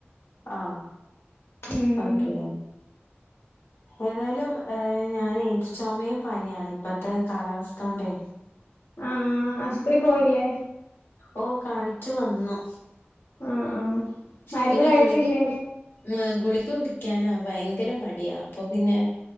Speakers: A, on the left; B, on the left.
A: ആഹ്
B: ഉം
A: ഓക്കെ ഏതായാലും ഏഹ് ഞാനെ ചൊമയും പനിയാണ് ഇപ്പത്തെ കാലാവസ്ഥോണ്ടേ
B: ആഹ് ആഹ് ആശുപത്രി പോയില്ലേ
A: ഓ കാണിച്ചു വന്നു
B: ആഹ് ആഹ് മരുന്ന്
A: പിന്നെ
B: കഴിച്ചില്ലേ
A: ഗുളിക കു മ ഗുളിക കുടിക്കാനാ ഭയങ്കര മടിയാ അപ്പൊ പിന്നെ